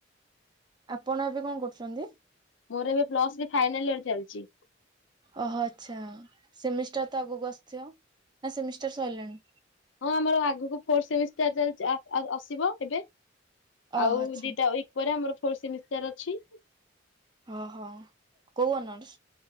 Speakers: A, on the right; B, on the left.
A: ଆପଣ ଏବେ କଣ କରୁଚନ୍ତି?
B: ମୋର ଏବେ ପ୍ଲସ୍ ଥ୍ରୀ ଫାଇନାଲ୍ ଇୟର ଚାଲିଛି।
A: ଓହୋ ଆଚ୍ଛା ସେମିଷ୍ଟାର ତ ଆଗକୁ ଆସିଥିବ ନା ସେମିଷ୍ଟାର ସଇଲାଣି।
B: ହଁ ଆମର ଆଗକୁ ଫୋର୍ ସେମିଷ୍ଟାର୍ ଚାଲିଚି ଆସିବ ଏବେ
A: ଓହୋ
B: ଆଉ
A: ଆଚ୍ଛା
B: ଦିଟା ଉଇକ୍ ପରେ ଆମର ଫୋର୍ ସେମିଷ୍ଟାର ଅଛି।
A: ଓହୋ କୋଉ ଅନର୍ସ?